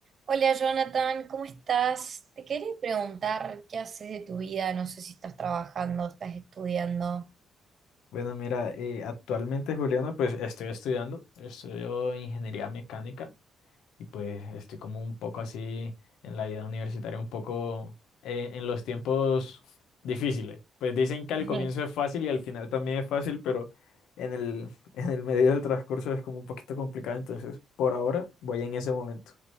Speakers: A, on the right; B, on the left.
A: Hola Jonathan, ¿cómo estás? Te quería preguntar qué haces de tu vida, no sé si estás trabajando, estás estudiando,
B: Bueno, mira, eh, actualmente, Juliana, pues estoy estudiando, estudio ingeniería mecánica y pues estoy como un poco así en la vida universitaria, un poco eh, en los tiempos difíciles. Pues dicen que al
A: <laughs>
B: comienzo es fácil y al final también es fácil, pero en el, <laughs> en el medio del transcurso es como un poquito complicado, entonces por ahora voy en ese momento.